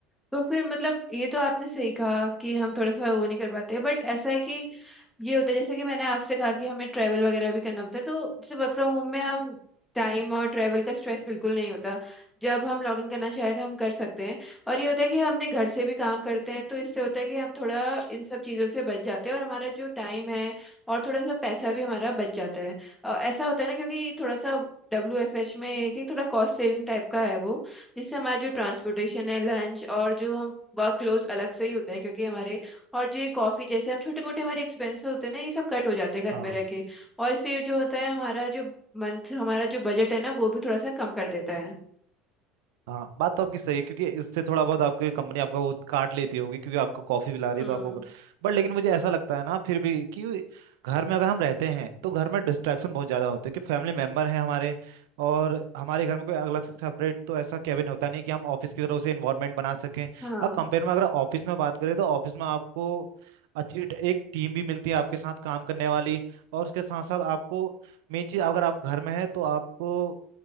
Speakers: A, in the centre; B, on the right.
A: तो फिर मतलब ये तो आपने सही कहा कि हम थोड़ा सा वो नहीं कर पाते बट ऐसा है कि ये होता है जैसे कि मैंने आपसे कहा कि हमें ट्रैवल वगैरह भी करना होता है तो जैसे वर्क फ्रॉम होम में हम टाइम और ट्रैवल का स्ट्रेस बिल्कुल नहीं होता जब हम लॉग इन करना चाहे तो हम कर सकते हैं और ये होता है कि हमने घर से भी काम करते हैं तो इससे होता है कि हम थोड़ा इन सब चीज़ों से बच जाते हैं और हमारा जो टाइम है और थोड़ा सा पैसा भी हमारा बच जाता है अ, ऐसा होता है ना क्योंकि थोड़ा सा डब्ल्यू एफ एच में एक ही थोड़ा कॉस्ट सेविंग टाइप का है वो जिससे हमारा जो ट्रांसपोर्टेशन है लंच और जो हम वर्क क्लोथ अलग से ही होते हैं क्योंकि हमारे और जो ये कॉफ़ी जैसे हम छोटे मोटे हमारे एक्सपेंसेस होते हैं ना ये सब कट हो जाते हैं घर
B: हाँ
A: में रह के और इससे जो होता है हमारा जो मंथ हमारा जो बजट है ना वो भी थोड़ा सा कम कर देता है
B: हाँ बात तो आपकी सही है क्योंकि इससे थोड़ा बहुत आपकी कंपनी आपका वो काट लेती होगी क्योंकि आपको कॉफी पिला
A: हम्म
B: रही है तो आपको बट लेकिन मुझे ऐसा लगता है ना फिर भी कि घर में अगर हम रहते हैं तो घर में डिस्ट्रैक्शन बहुत ज्यादा होते हैं कि फैमिली मेंबर हैं हमारे और हमारे घर में कोई अलग से सेपरेट तो ऐसा कैबिन होता नहीं कि हम ऑफिस की तरह से इन्वायरमेंट बना सकें
A: हाँ
B: और कंपेयर में अगर ऑफिस में बात करें तो ऑफिस में आपको अच्छी ट- एक टीम भी मिलती है आपके साथ काम करने वाली और उसके साथ साथ आपको मेन चीज अगर आप घर में है तो आपको